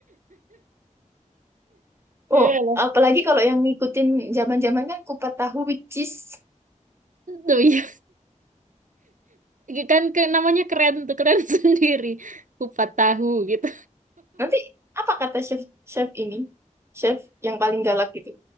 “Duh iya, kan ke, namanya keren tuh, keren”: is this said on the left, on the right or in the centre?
Right